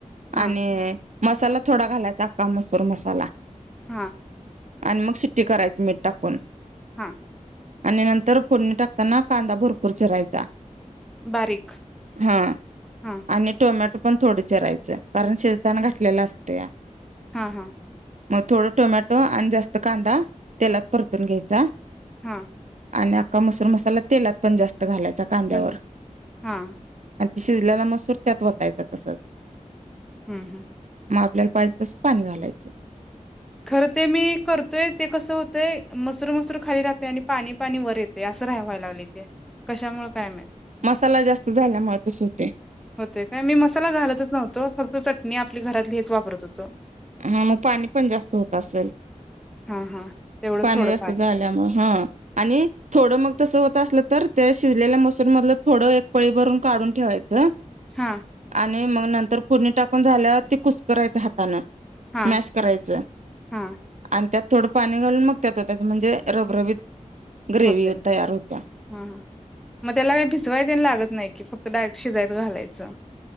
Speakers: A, in the centre; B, on the right.
A: हा
B: आणि मसाला थोडा घालायच आक्का मसूर मसाला.
A: हा
B: आण मग शीट्टी करायची मीट टाकून
A: हा
B: आणि नंतर फुडणी टाकताना कांदा भरपूर चिरायचा
A: बारीक
B: ह
A: हा
B: आणि टोमॅटो पण थोड चिरायचं कारण शिजताना घाटलेलं असतया
A: हा हा
B: म थोडं टोमॅटो आणि जास्त कांदा तेलात परतून घ्यायचा.
A: हं
B: आणि अख्का मसुर मसाला तेलात पण जास्त घालायचा कांद्यावर
A: घालून हा
B: शिजल्येला मसूर त्यात वतायच तसच
A: हम्म हम्म
B: म आपल्याला पाइजे तसं पाणी घालायचं.
A: खरं ते मी करतोय ते कसं हुतंय मसुर मसुर खाली राहतय आणि पाणी पाणी वर येतेय राहावाय लागलय ते कशामुळ काय माहित
B: मसाला जास्त झाल्यामुळ तस हुतय
A: हुतेय काय मी मसाला घालतच नव्हतो फक्त चटणी आपली घरातली हेच वापरत हुतो.
B: हा म पाणी पण जास्त होत असल.
A: हा हा तेवढंच
B: पाणी
A: थोडं
B: जास्त जाल्यामुळ हा आणि थोडं मग तस हो तसलं तर ते शिजलेल्या मसूर मदलं थोडं एक पळी भरून काडुन ठेवायचं.
A: हा
B: मूंग मंग नंतर पूर्ण टांकूंन झाल्यावर ते कुसकरांयंचे हातानं
A: हा
B: मॅश करायचं
A: हा
B: आणि त्यांतं थोडं पाणी घालून मंग त्याचं त्यांत म्हणजे रबरबीत ग्रेवी
A: होतंय
B: तयार होत्या
A: हा मंग त्यांला कायं सोयाबीन लागतं नाईकी फक्त डांयरेक्टं शिजायंत घालायचं